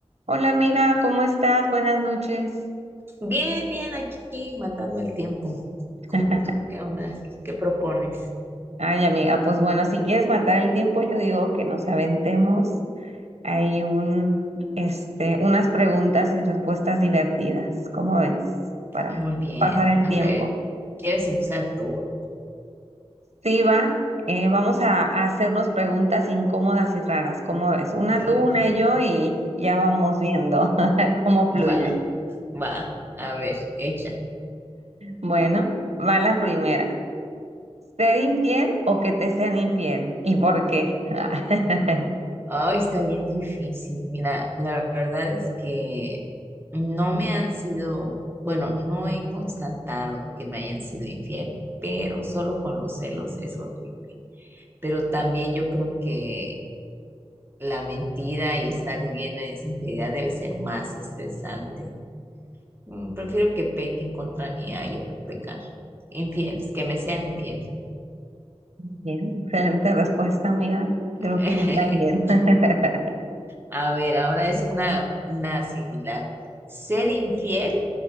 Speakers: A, on the right (about 70°); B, on the right (about 20°).
A: Hola amiga, ¿cómo estás? Buenas noches.
B: Bien, bien, aquí matando el tiempo. ¿Cómo
A: <laughs>
B: tú qué onda? ¿Qué propones?
A: Ay amiga, pues bueno, si quieres matar el tiempo, yo digo que nos aventemos. Hay un, este, unas preguntas y respuestas divertidas. ¿Cómo ves? Para
B: Muy bien,
A: pasar el
B: a
A: tiempo.
B: ver, ¿quieres empezar tú?
A: Sí, va. Eh, vamos a, a hacernos preguntas incómodas y raras. ¿Cómo ves? Una
B: Mm,
A: tú, una yo y ya vamos viendo <laughs> cómo fluye.
B: va, va, a ver, échale.
A: Bueno, va la primera. ¿Ser infiel o que te sean infiel? ¿Y por qué? <laughs>
B: Ay, está bien difícil. Mira, la verdad es que no me han sido, bueno, no he constatado que me hayan sido infiel, pero solo con los celos es horrible. Pero también yo creo que la mentira y estar viviendo en esa infidelidad debe ser más estresante. Mm, Prefiero que pequen contra mí a yo pecar. Infieles, que me sean infieles.
A: Bien, excelente respuesta, amiga. Creo
B: <laughs>
A: que yo también. <laughs>
B: A ver, ahora es una, una similar. ¿Ser infiel